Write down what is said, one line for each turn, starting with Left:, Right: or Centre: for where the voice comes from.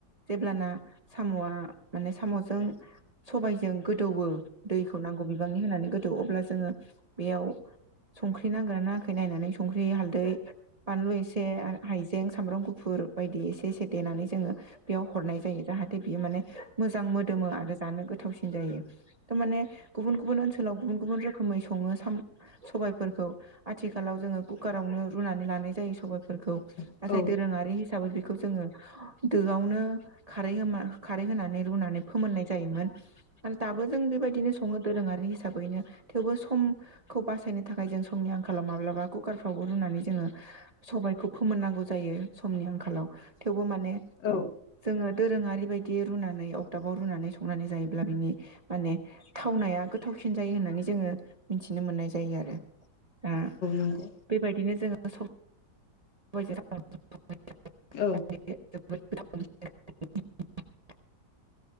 Right: जेब्लाना साम'आ माने साम'जों सबायजों गोदौवो दैखौ नांगौ बिबांनि होनानै थ अब्ला जोङो बेयाव संख्रि नांगौ नांदोंना नाङाखै नायनानै संख्रि हालदै बानलु एसे आरो हाइजें सामब्राम गुफुर बायदि एसे एसे देनानै जोङो बेयाव हरनाय जायो जाहाथे दे बियो माने मोजां मोदोमो आर जानो गोथावसिन जायो था माने गुबुन गुबुन ओनसोलाव गुबुन गुबुन रो रोखोमै संङो साम सबायफोरखौ आथिखालाव जोंङो कुकारावनो रुनानै लानाय जायो सबाय फोरखौ
Left: औ
Right: नाथाय दोरोंङारि
Left: औ
Right: हिसाबै बेखौ जोंङो दोआवनो खारै होमा खारै होनानै रुनानै फोमोननाय जायोमोन। आरो दाबो जों बेबायदिनो संङो दोरोंङारि हिसाबैनो थेवबो समखौ बासायनो थाखाय जों समनि आंखालाव माब्लाबा कुकारफ्राव रुनानै जोंङो सबाय खौ फोमोननांगौ जायो समनि आंखालाव थेवबो माने
Left: औ
Right: ङो दोरोंङारि बायदि रुनानै अदाबाव रुनानै सं संनानै जायोब्ला बिनि माने थावनाया गोथावसिन जायो होननानै जो मिथि नो मोननाय जायो आरो। आ
Left: नंगौ
Right: बेबायदिनो जोंङो <unintelligible>
Left: औ
Right: <unintelligible> <unintelligible>